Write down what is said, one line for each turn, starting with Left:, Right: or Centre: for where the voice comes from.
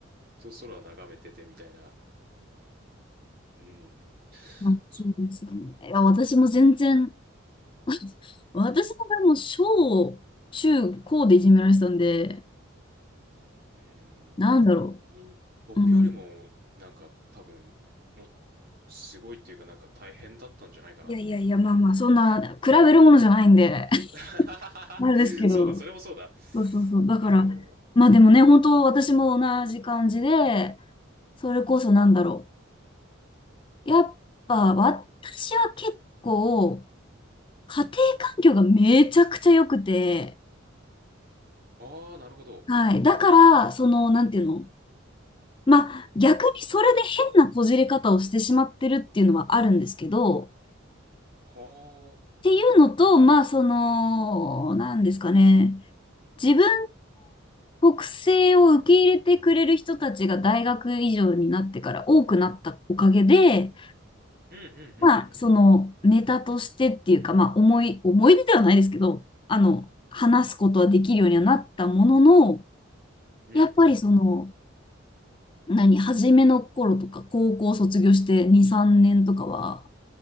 Right: と空眺めててみたいな。うん。
Left: まあ、
Right: そ
Left: そうですよね。いや、私も全然、<laughs> 私の場合も小、中、高でいじめられてたんで、
Right: う。う
Left: なんだろ
Right: ん。だから僕に、僕よりも、
Left: う。うん。
Right: なんか多分、もう、すごいっていうかなんか大変だったんじゃないかなって。
Left: いやいやいや、まあまあ、そんな、比べるものじゃないんで、<laughs>
Right: <laughs>
Left: あれですけど、
Right: そうだ、それもそうだ。
Left: そうそうそう。だから、
Right: まあでも、
Left: まあでもね、本当私も同じ感じで、それこそなんだろう。やっぱ、私は結構、家庭環境がめちゃくちゃ良くて、
Right: ああ、なるほど。
Left: はい。だから、その、なんていうのまあ、逆にそれで変なこじれ方をしてしまってるっていうのはあるんですけど、っ
Right: はあ。
Left: ていうのと、まあ、その、なんですかね。自分の国性を受け入れてくれる人たちが大学以上になってから多くなったおかげで、
Right: うんうんうんうん。
Left: まあ、その、ネタとしてっていうか、まあ、思い、思い出ではないですけど、あの、話すことはできるようにはなったものの、
Right: うんうんうん。
Left: やっぱりその、何、初めの頃とか、高校卒業して2、3年とかは、